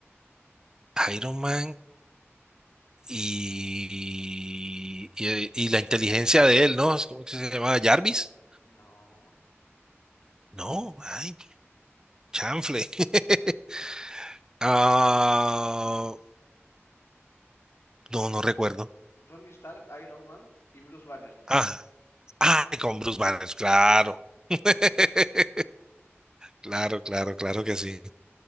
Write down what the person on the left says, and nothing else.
No.
Tony Stark, Iron Man y Bruce Banner.